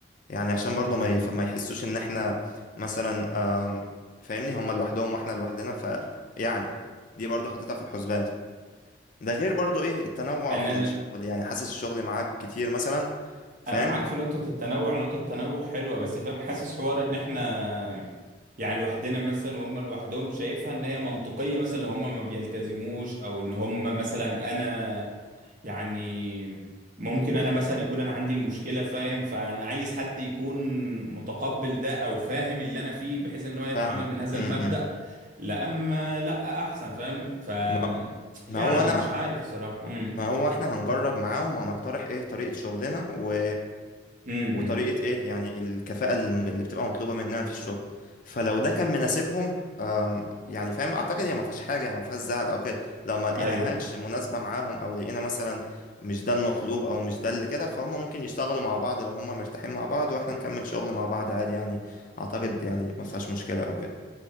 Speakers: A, on the left (about 45°); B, on the right (about 45°).
A: يعني عشان برضه
B: مم.
A: ما يف... ما يحسوش ان احنا مثلا آم، فاهمني هما لوحدهم واحنا لوحدنا ف يعني دي برضه حطيتها في الحسبان ده غير برضه ايه التنوع
B: انا
A: في الشغل يعني حاسس الشغل معاك كتير مثلا فاهم
B: انا معاك في نقطه التنوع نقطه التنوع حلوه بس فاهم حاسس حوار ان احنا يعني لوحدنا مثلا وهم لوحدهم شايفها ان هي منطقيه مثلا اللي هم ما بيلتزموش او ان هم مثلا انا يعني ممكن انا مثلا يكون انا عندي المشكله فاهم فانا عايز حد يكون متقبل ده او فاهم اللي انا فيه بحيث ان هو يتعامل
A: فاهمك
B: من هذا
A: م- م.
B: المبدأ لا اما لا احسن فاهم ف
A: ما
B: يعني
A: ما هو انا
B: مش عارف الصراحه امم
A: ما هو احنا هنجرب معاهم وهنقترح ايه طريقة شغلنا و...
B: امم
A: وطريقة ايه يعني الكفاءة الم- اللي بتبقى مطلوبة مننا في الشغل فلو ده كان مناسبهم آم، يعني فاهم اعتقد هي ما فيهاش حاجة يعني ما فيهاش زعل او كده لو ما لقيناهاش
B: ايوه
A: مناسبة معاهم او لقينا مثلا مش ده المطلوب او مش ده اللي كده فهم ممكن يشتغلوا مع بعض لو هم مرتاحين مع بعض واحنا نكمل شغل مع بعض عادي يعني اعتقد يعني ما فيهاش مشكلة او كده